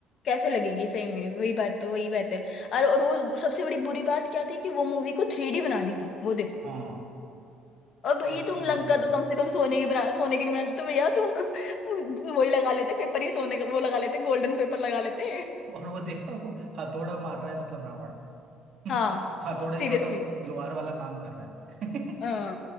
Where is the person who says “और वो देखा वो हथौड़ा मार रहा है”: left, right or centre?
Right